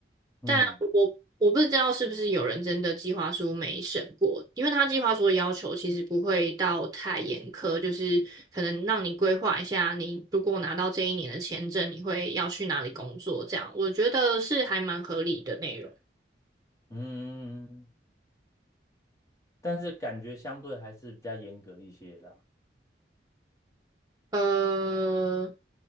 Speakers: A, on the left; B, on the right.
A: 嗯
B: 但我我不知道是不是有人真的计划书没审过，因为他计划书的要求其实不会到太严苛，就是可能让你规划一下，你如果拿到这一年的签证，你会要去哪里工作，这样我觉得是还蛮合理的内容。
A: 嗯，但是感觉相对还是比较严格一些啦。
B: 呃，